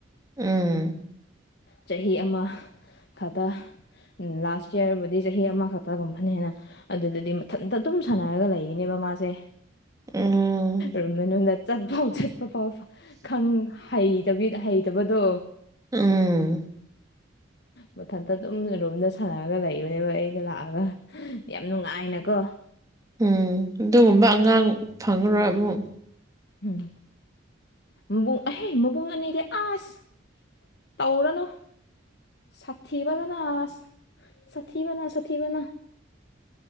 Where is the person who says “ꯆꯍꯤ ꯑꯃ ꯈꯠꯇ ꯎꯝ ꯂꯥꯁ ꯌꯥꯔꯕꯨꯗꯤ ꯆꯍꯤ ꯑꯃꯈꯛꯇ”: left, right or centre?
Left